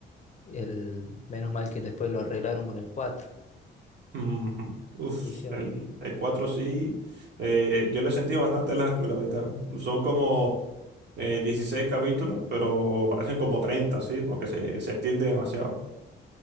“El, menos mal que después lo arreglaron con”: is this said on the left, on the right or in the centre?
Left